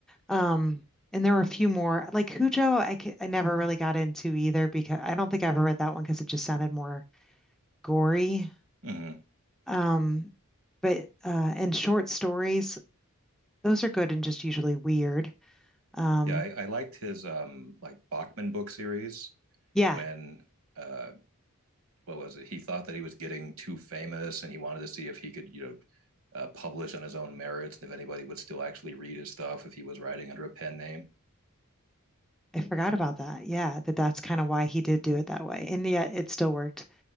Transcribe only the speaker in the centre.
Um, and there were a few more like Cujo. I ca- I never really got into either because I don't think I ever read that one because it just sounded more gory.
Um, but uh, and short stories, those are good and just usually weird. Um,
yeah,
I forgot about that. Yeah, that that's kind of why he did do it that way, and yet it still worked.